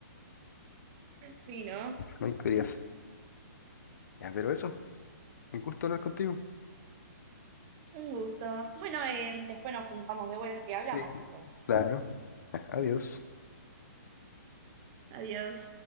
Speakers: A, on the right (about 25°); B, on the left (about 65°).
A: <laughs> Sí, ¿no?
B: Muy curioso. Ya, pero eso, un gusto hablar contigo.
A: Un gusto. Bueno, eh, después nos juntamos de vuelta
B: Sí.
A: y hablamos entonces.
B: Claro, ya, adiós.
A: Adiós.